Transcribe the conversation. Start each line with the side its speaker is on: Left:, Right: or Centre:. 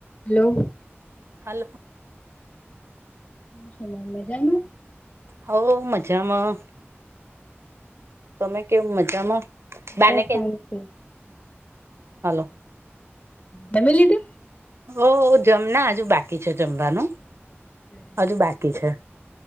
Left: અલો.
Right: Hello.
Left: કેમ છો ma'am, મજામાં?
Right: હોવ મજામા. તમે કેમ મજામાં?
Left: બસ
Right: બા ને કે.
Left: શાંતિ.
Right: હાલો.
Left: જમી લીધુ.
Right: ઓ જમના અજુ બાકી છે જમવાનું.
Left: હમ્મ.
Right: અજુ બાકી છે.